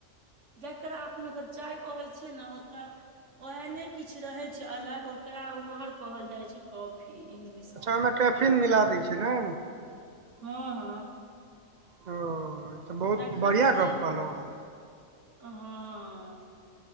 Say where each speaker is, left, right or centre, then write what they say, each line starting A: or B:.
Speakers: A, on the right (about 70°); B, on the right (about 50°).
A: जकरा अपना सब चाय कहै छियै ने, ओतऽ ओहे ने किछु रहे छै अलग, ओकरा उम्हर कहल जाय छै, कॉफी इंगलिश
B: अच्छा! ओहिमे टैफिन मिला दै छै ने?
A: हँ, हँ।
B: ओ तऽ बहुत
A: तखन
B: बढ़िआँ
A: से,
B: गप्प कहलहुँ अहाँ
A: हँ।